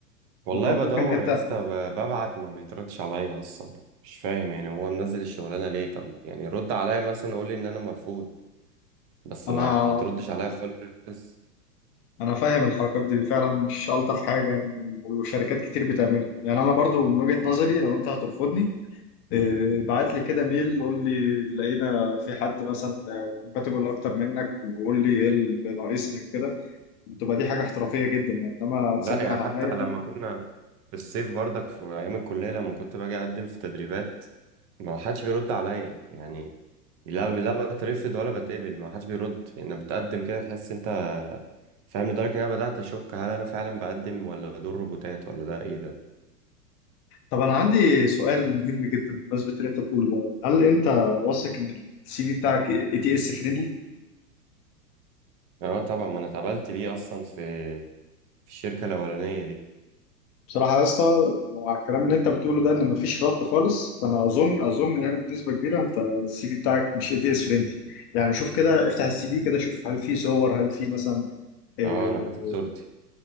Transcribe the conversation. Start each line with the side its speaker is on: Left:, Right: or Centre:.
Right: والله
Left: لا، او
Right: بدور
Left: ممكن إن انت
Right: يا اسطى ب- ببعت ما بيتردش عليا اصلا مش فاهم يعني هو منزل الشغلانه ليه طب يعني رد عليا مثلا قول لي ان انا مرفوض بس
Left: انا
Right: ما تردش عليا خالص
Left: انا فاهم الحركات دي فعلا مش الطف حاجه يعني وشركات كتير بتعملها يعني انا برضو من وجهه نظري لو انت هترفضني آه، بعت لي كده ميل قول لي لقينا في حد مثلا كومباتبل اكتر منك وقول لي ايه اللي ناقصني وكده تبقى دي حاجه احترافيه جدا يعني انما تسيبني
Right: لا يعني
Left: على
Right: حتى
Left: عماية دي
Right: لما كنا في الصيف برضك في ايام الكليه لما كنت باجي اقدم في تدريبات ما حدش بيرد عليا يعني لا لا بترفض ولا بتقبل ما حدش بيرد انا بتقدم كده تحس انت فاهم لدرجة ان انا بدأت اشك هل انا فعلا بقدم ولا دول روبوتات ولا ده ايه ده
Left: طب انا عندي سؤال مهم جدا بمناسبه اللي انت بتقوله ده هل انت واثق ان السي في بتاعك اي تي اس فريندلي
Right: اه طبعا ما انا اتقبلت بيه اصلا في في الشركة الاولانية دي
Left: بصراحة يا اسطى لو على الكلام اللي انت بتقوله ده ان مفيش رد خالص فانا اظن اظن يعني بنسبة كبيرة انت السي في بتاعك مش اي تي اس فريندلي يعني شوف كده افتح السي في كده شوف هل في صور هل في مثلا اه
Right: اه انا حاطط صورتي